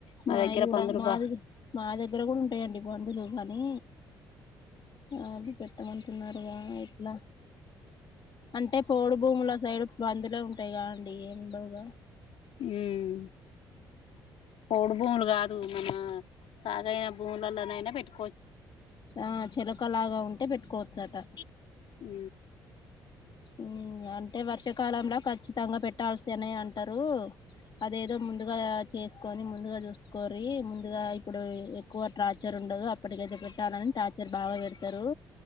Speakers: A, on the left; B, on the left.
A: మా
B: మాయి
A: దగ్గర
B: గూడా
A: పందులు
B: మాదిగు
A: బా
B: మా దెగ్గర గుడుంటాయండి పందులు కానీ అది పెట్ ట మంటున్నారుగా ఇట్లా అంటే పోడు భూముల సైడ్ బందులే ఉంటాయి గా అండి ఏం ఉండవ్గా
A: హ్మ్ పోడు భూములు గాద్ దు మన సాగైన భూములలనైనా పెట్కో
B: ఆ చెలకలాగా ఉంటే పెట్టుకో చటా
A: ఉ
B: ఉ అంటే వర్షాకాలంల కఖచ్చితంగా పెట్టాల్సనే అంటారు అదేదో ముందుగా చేస్ కొని ముందుగా జుసుకోరి. ముందుగా ఇప్పుడు ఎక్కువ ట్రార్చరూండదు. అప్పటికైతే పెట్టాలని టార్చర్ బాగా పెడతారు